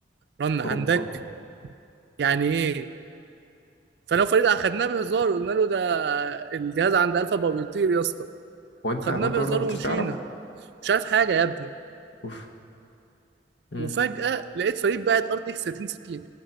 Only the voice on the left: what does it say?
اوبا
هو انت
هو انت
برضه ما كنتش
تعرف
اوف مم.